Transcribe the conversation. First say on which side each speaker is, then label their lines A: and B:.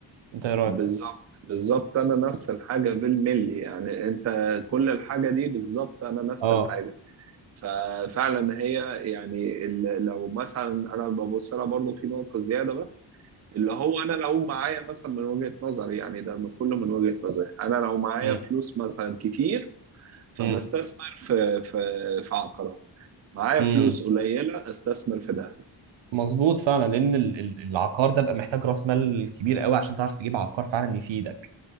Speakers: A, on the right (about 75°); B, on the right (about 35°).
A: انت ايه رايك
B: بالظبط بالظبط انا نفس الحاجة بالملي يعني انت كل الحاجة دي بالظبط انا نفس
A: اه
B: الحاجة ففعلا هي يعني ال- لو مثلا انا ببص لها برضه في نقطه زياده بس اللي هو انا لو معايا مثلا من وجهه نظري يعني ده من- كله من وجهه نظري انا لو معايا
A: مم.
B: فلوس مثلا كتير فبستثمر
A: مم.
B: في في في عقارات معايا
A: مم.
B: فلوس قليله استثمر في ده
A: مظبوط فعلا لان ال- ال- العقار ده بقى محتاج راس مال كبير قوي عشان تعرف تجيب عقار فعلا يفيدك